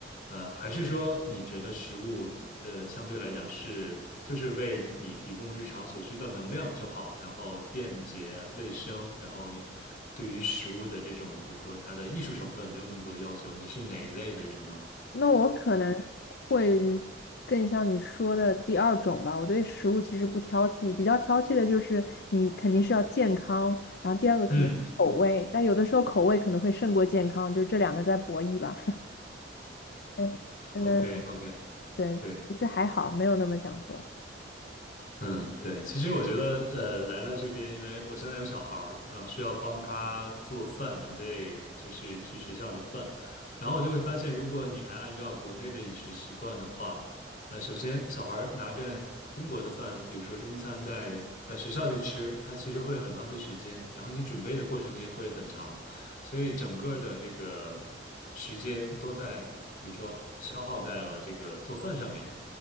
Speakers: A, on the left; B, on the left.
A: 呃，还是说你觉得食物？呃，相对来讲是就是为你提供日常所需的能量就好，然后便捷卫生，然后对于食物的这种，比如说它的艺术成分没有那么多要求。你是哪一类的人呢？
B: 那我可能会是更像你说的第二种吧。我对食物其实不挑剔，比较挑剔的就是你肯定是要健康，然后第二个可能口味，
A: 嗯
B: 但有的时候口味可能会胜过健康，就是这两个在博弈吧。<laughs> 嗯，
A: ，OK OK，
B: 对，
A: 对。
B: 其实还好，没有那么讲究。
A: 嗯，对，其实我觉得，呃，来了这边，因为我现在有小孩儿，然后需要帮他做饭，准备就是去学校的饭，然后我就会发现，如果你还按照国内的饮食习惯的话，呃，首先小孩儿拿着中国的饭，比如说中餐在在学校去吃，他其实会很浪费时间，然后你准备的过程也会很长，所以整个的这个时间都在，比如说消耗在了这个做饭上面。